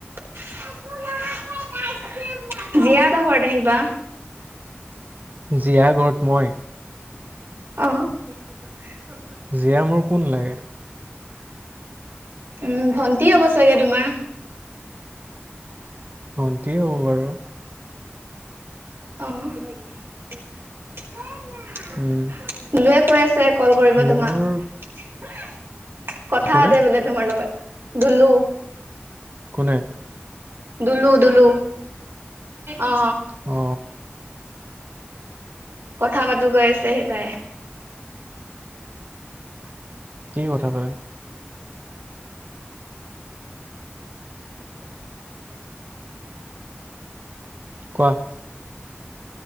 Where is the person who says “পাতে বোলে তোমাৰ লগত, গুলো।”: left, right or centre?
Right